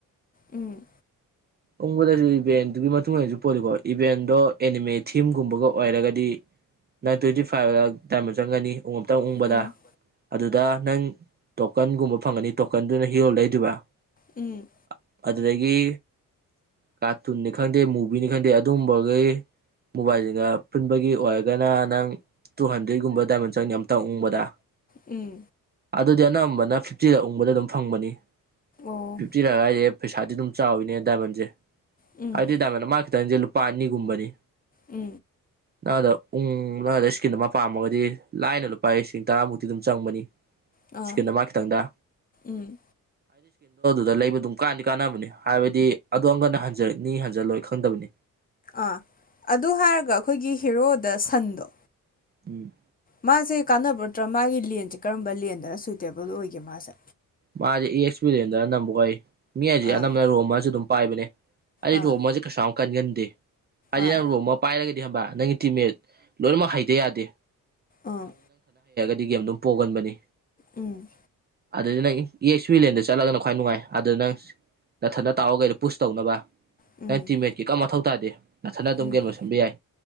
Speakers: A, on the left (about 25°); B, on the right (about 30°).
A: ꯎꯝ
B: ꯎꯕꯗꯁꯨ ꯏꯚꯦꯟꯗꯨꯒꯤ ꯃꯇꯨꯡ ꯏꯁꯨ ꯄꯣꯜꯂꯤꯀꯣ ꯏꯚꯦꯟꯗꯣ ꯑꯦꯠꯃꯤꯟ ꯊꯤꯝꯒꯨꯝꯕꯒ ꯑꯣꯏꯔꯒꯗꯤ ꯅꯥꯏꯟ ꯇ꯭ꯋꯦꯟꯇꯤ ꯐꯥꯏꯚ ꯗꯥꯏꯃꯟ ꯆꯪꯒꯅꯤ ꯎꯝꯇꯪ ꯎꯪꯕꯗ
A: ꯎꯝ
B: ꯑꯗꯨꯗ ꯅꯪ ꯇꯣꯀꯟꯒꯨꯝꯕ ꯐꯪꯒꯅꯤ ꯇꯣꯀꯟꯗꯨꯅ ꯍꯤꯔꯣꯜ ꯂꯩꯗꯣꯏꯕ ꯑꯗꯨ
A: ꯎꯝ
B: ꯑꯗꯨꯗꯒꯤ ꯀꯥꯔꯇꯨꯟꯅꯤ ꯈꯪꯗꯦ ꯃꯨꯚꯤꯅꯤ ꯈꯪꯗꯦ ꯑꯗꯨꯝꯕꯈꯩ ꯎꯏꯁꯤꯒ ꯄꯨꯟꯕꯒꯤ ꯑꯣꯏꯔꯒꯅ ꯅꯪ ꯇꯨ ꯍꯟꯗ꯭ꯔꯦꯠꯀꯨꯝꯕ ꯗꯥꯏꯃꯟ ꯆꯪꯅꯤ ꯑꯃꯇꯪ ꯎꯪꯕꯗ
A: ꯎꯝ ꯎꯝ
B: ꯑꯗꯨꯗꯤ ꯑꯅꯝꯕꯅ ꯐꯤꯐꯇꯤꯗ ꯎꯕꯗ ꯑꯗꯨꯝ ꯐꯪꯕꯅꯤ
A: ꯑꯣ
B: ꯐꯤꯐꯇꯤꯔꯥꯏꯁꯦ ꯄꯩꯁꯥꯗꯤ ꯑꯗꯨꯝ ꯆꯥꯎꯋꯤꯅꯦ ꯗꯥꯏꯃꯟꯁꯦ
A: ꯎꯝ
B: ꯑꯗꯨꯗꯤ ꯇꯥꯃꯅ ꯃꯥ ꯈꯤꯇꯪꯁꯦ ꯂꯨꯄꯥ ꯑꯅꯤꯒꯨꯝꯕꯅꯤ
A: ꯎ
B: ꯅꯪꯗ ꯎ ꯅꯪꯗ ꯏꯁꯀꯤꯟ ꯑꯃ ꯄꯥꯝꯃꯒꯗꯤ ꯂꯥꯏꯅ ꯂꯨꯄꯥ ꯂꯤꯁꯤꯡ ꯇꯔꯥꯃꯨꯛꯇꯤ ꯑꯗꯨꯝ ꯆꯪꯕꯅꯤ
A: ꯑꯥ
B: ꯆꯀꯜꯗ ꯃꯥ ꯈꯤꯇꯪꯗ
A: ꯎꯝ
B: ꯑꯗꯨ ꯂꯩꯕ ꯑꯗꯨꯝ ꯀꯥꯟꯗꯤ ꯀꯥꯟꯅꯕꯅꯤ ꯍꯥꯏꯕꯗꯤ ꯑꯗꯣꯅ ꯍꯟ ꯍꯟꯖꯜꯂꯣꯏ ꯈꯪꯗꯕꯅꯤ
A: ꯑꯥ ꯑꯗꯨ ꯍꯥꯏꯔꯒ ꯑꯩꯈꯣꯏꯒꯤ ꯍꯦꯔꯣꯗ ꯁꯟꯗꯣ
B: ꯎꯝ
A: ꯃꯥꯁꯦ ꯀꯥꯟꯅꯕ ꯅꯠꯇ꯭ꯔ ꯃꯥꯒꯤ ꯂꯦꯟꯁꯦ ꯀꯔꯝꯕ ꯂꯦꯟꯗꯅ ꯁꯨꯏꯇꯦꯕꯜ ꯑꯣꯏꯒꯦ ꯃꯥꯁꯦ
B: ꯃꯥꯁꯦ ꯑꯦ ꯑꯦꯛꯁꯄꯤꯔꯤꯟꯗ ꯑꯅꯝꯕ ꯑꯣꯏ ꯃꯤ ꯍꯥꯏꯁꯦ
A: ꯑꯥ
B: ꯑꯅꯝꯕꯅ ꯔꯣꯝ ꯑꯃꯁꯨ ꯑꯗꯨꯝ ꯄꯥꯏꯕꯅꯦ ꯑꯩ
A: ꯑꯥ
B: ꯔꯣ ꯑꯃꯁꯦ ꯀꯩꯁꯨ ꯀꯟꯒꯟꯗꯦ ꯍꯥꯏꯗꯤ
A: ꯑꯥ
B: ꯅꯪ ꯔꯣꯝ ꯑꯃ ꯄꯥꯏꯔꯒꯗꯤ ꯍꯕ ꯅꯪꯒꯤ ꯇꯤꯃꯦꯠ ꯂꯣꯏꯅꯃꯛ ꯍꯩꯗ ꯌꯥꯗꯦ
A: ꯑꯥ
B: ꯑꯗꯨꯒꯤ ꯑꯗꯨꯝ ꯄꯣꯛꯍꯟꯕꯅꯤ
A: ꯎꯝ
B: ꯑꯗꯨꯗꯤ ꯅꯪ ꯑꯦꯛꯁꯋꯤꯂꯦꯟꯗ ꯆꯠꯂꯒꯅ ꯈ꯭ꯋꯥꯏ ꯅꯨꯡꯉꯥꯏ ꯑꯗꯨ ꯅꯪ ꯅꯊꯟꯗ ꯇꯥꯛꯑꯣ ꯀꯩꯅꯣ ꯄꯨꯁ ꯇꯧꯅꯕ
A: ꯎꯝ
B: ꯅꯪ ꯇꯤꯝ ꯃꯦꯠ ꯀꯌꯝ ꯃꯊꯧ ꯇꯥꯗꯦ ꯅꯥꯊꯅ ꯑꯗꯨꯝ
A: ꯎꯝ
B: ꯒꯦꯝ ꯂꯣꯁꯤꯟꯕ ꯌꯥꯏ